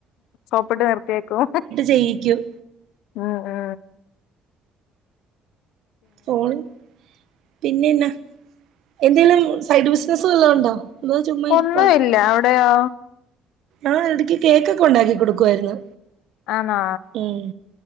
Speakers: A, on the left (about 80°); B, on the right (about 70°).
A: സോപ്പിട്ട് നിർത്തിയക്കും
B: ചെയ്യിക്കും
A: ഉം ഉ
B: ഫോണ് പിന്നെന്ന എന്തെിലും സൈഡ് ബിസിനസ വല്ലാം ഉണ്ടോ? എ ചുമ്മാ ഇരിപ്പാണ്.
A: ഒന്നുമില്ല അവിടെയോ?
B: ആ ഇടക്ക് കേക്കൊക്കെ ഉണ്ടാക്കി കൊടുക്കുവായിരുന്നു.
A: ആണാ
B: ഉം